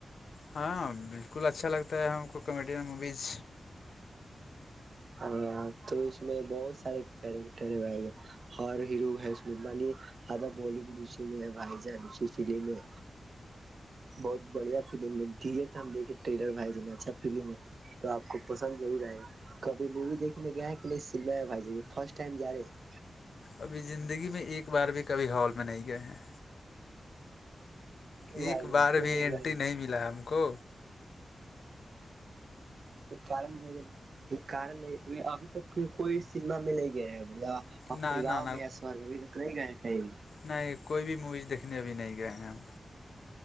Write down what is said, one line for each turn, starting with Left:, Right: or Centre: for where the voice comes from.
Left: ہاں بالکل اچھا لگتا ہے ہم کو کامیڈین موویز
Right: ارے تو اس میں بہت سارے کیریکٹر ہر ہیروش مانی آدا بالیوڈ اسی میں بھائی جان اسی فلم ہے بہت بڑھیا فلم ہم دیکے ٹلر بھائی ج اچھا فلم ہے تو آپ کو پسند ضرور آئے گا کبھی مووی دیکنے گیا کہ نہیں سم ہے بھائی ج فرسٹ ٹائم جا رہے ہیں
Left: ابھی زندگی میں ایک بار بھی کبھی ہال میں نہیں گئے ہیں
Right: کیوں
Left: ایک
Right: بھائی جان
Left: بار
Right: کیوں
Left: بھی
Right: نہیں
Left: انینٹری
Right: گئے ہیں
Left: نہیں ملا ہے ہم کو
Right: کارن د یہ کارن نہیں ابھی تک کوئی سیما میں نہیں گیا ہے بھیا اپنے
Left: نہ نہ
Right: گاؤں میں یا سور میں بھی تو نہیں گئے کہیں بھی
Left: نہیں یہ کوئی بھی موویز دیکھنے ابھی نہیں گئے ہیں ہم